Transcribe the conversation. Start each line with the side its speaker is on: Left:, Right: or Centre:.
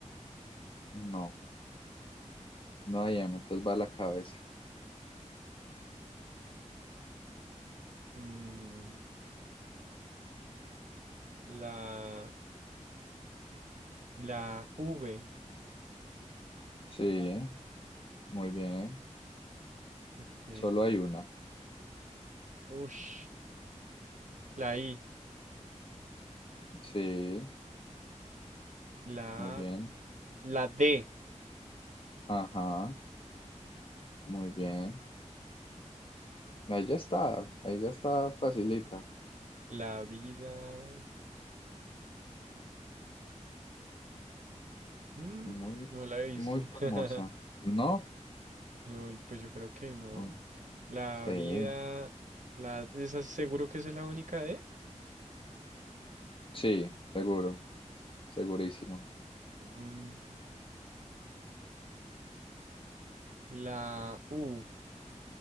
Left: No, no hay M, entonces va a la cabeza.
Right: mm, la, la V.
Left: Sí, muy bien.
Right: Ok.
Left: Solo hay una.
Right: Ush. La I.
Left: Sí,
Right: La,
Left: muy bien.
Right: la D.
Left: Ajá, muy bien. Ahí ya está, ahí ya está facilita.
Right: La vida. mm,
Left: Muy,
Right: no la he visto.
Left: muy famosa.
Right: <laughs>
Left: ¿No?
Right: No, pues yo creo que no.
Left: Uy,
Right: La
Left: Sí,
Right: vida. La, ¿esa seguro que esa es la única D?
Left: sí, seguro, segurísimo.
Right: Mm, La U.